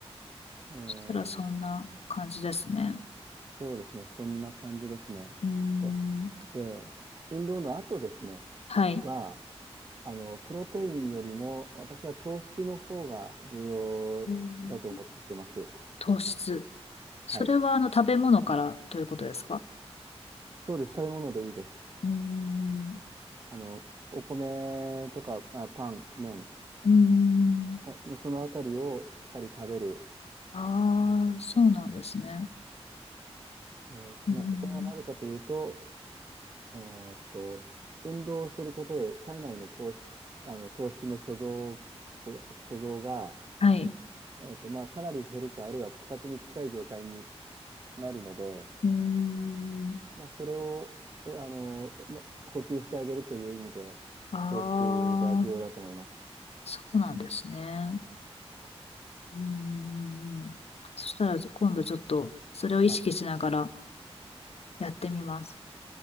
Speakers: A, on the right; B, on the left.
A: うーん、
B: そしたらそんな感じですね。
A: そうですね、そんな感じですね。
B: うん。
A: で、で、運動の後ですね、
B: はい。
A: は、あの、プロテインよりも、私は糖質の方が重要だと思ってます。
B: うん糖質。それはあの食べ物からということですか
A: はい。そうです。食べ物でいいです。
B: うーん。
A: あの、お米とか、まあ、パン、麺、
B: うーん。
A: たそのあたりをしっかり食べる。
B: ああ、
A: うん
B: そうなんですね。
A: えーっと、
B: うーん。
A: まあ、これはなぜかというと、えーっと、運動をすることで体内の糖質、あの、糖質の貯蔵、こ貯蔵が、
B: はい。
A: えーっと、まあ、かなり減るか、あるいは枯渇に近い状態になるので、
B: うーん。
A: まあ、それを、おあの、ま、補給してあげるという意味で、
B: ああ、
A: 糖質が重要だと思います。
B: そうなんですね。うーん。そしたら今度ちょっとそれを意識しながら
A: はい。
B: やってみます。